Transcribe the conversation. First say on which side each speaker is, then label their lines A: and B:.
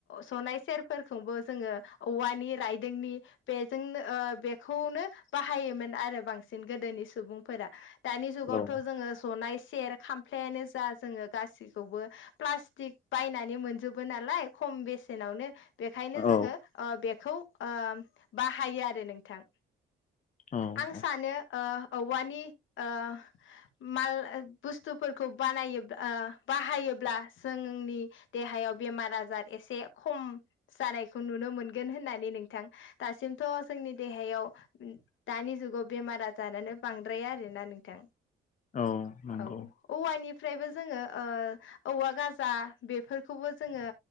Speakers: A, on the left; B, on the left.
A: जनाय सेरफोरखौबो जोङो औवानि रायदोंनि बेजोंनो ओ बेखौनो बाहायोमोन आरो बांस बांसिन गोदोनि सुबुंफोरा दानि जुगावथ'
B: औ
A: जोङो जनाय सेर खामफ्लायानो जा जोङो गासैखौबो प्लास्टिक बायनानै मोनजोबो नालाय ख खम बेसेनावनो बे
B: औ
A: जोङो ओ बेखौ ओ बाहायो आरो नोंथां
B: औ
A: आं सानो ओ औवानि ओ माल बुस्थुफोरखौ बानायोब्ल बाहायोब्ला जोंनि देहायाव बेमार आजार एसे खम जानाय नुनो मोनगोन होननानै नोंथां दासिमथ' जोंनि देहायाव दानि जुगाव बेमार आजारानो बांद्राय आरोना नोंथां
B: औ नंगौ
A: औ औवानि फ्रायबो जोङो ओ औवा गाजा बेफोरखौबो जोङो